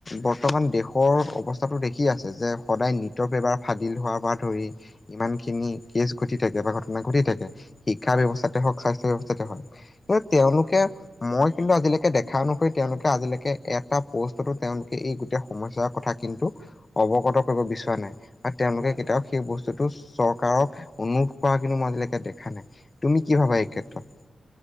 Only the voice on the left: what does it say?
বৰ্তমান দেশৰ অৱস্থাটো দেখি আছে যে সদায় নিত পেপাৰ ফাদিল হোৱাৰ পৰা ধৰি ইমান খিনি কেচ ঘটি থাকে বা ঘটনা ঘটি থাকে শিক্ষা
ব্যৱস্থাতে
হওক স্বাস্থ্য ব্যৱস্থাতে হওক কিন্তু তেওঁলোকে
মই কিন্তু আজিলেকে দেখা অনুসৰি তেওঁলোকে আজিলেকে এটা পোষ্টতো তেওঁলোকে এই গোটেই সমস্যা কথা কিন্তু অৱগত কৰিব বিচৰা নাই আৰু তেওঁলোকে
কেতিয়াও
সেই বস্তুটো চৰকাৰক অনুৰোধ কৰা কিন্তু মই আজিলেকে দেখা নাই তুমি কি
ভাবা এই ক্ষেত্ৰত